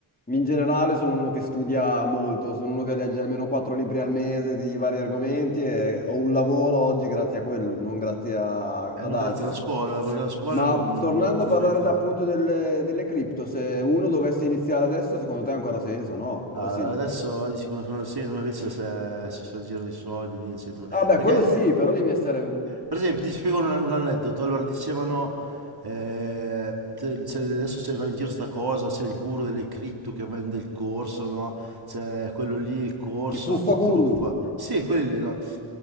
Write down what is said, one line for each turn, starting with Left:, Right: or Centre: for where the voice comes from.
Left: in generale sono uno che studia molto, sono uno che legge almeno quattro libri al mese di vari argomenti e ho un lavoro oggi grazie a quello, non grazie a-
Right: Eh,
Left: ad
Right: non
Left: altro.
Right: grazie alla scuola, perché la scuola
Left: Ma
Right: non,
Left: tornando
Right: non
Left: a parlare
Right: merita.
Left: da- appunto delle, delle cripto, se uno dovesse iniziare adesso, secondo te ha ancora senso, no?
Right: Ah,
Left: O sì?
Right: adesso dici con l'economia, come invece se si sono in giro di soldi lì, eccetera.
Left: Vabbè,
Right: Perché,
Left: quello sì, però devi essere
Right: per esempio, ti spiego un, un aneddoto. Allora, dicevano, eh, te- c'è- adesso c'è va in giro sta cosa, c'è il guru delle cripto che vende il corso, no? C'è quello lì, il corso,
Left: i fuffaguru.
Right: ti truffa. Sì, quelli lì, no?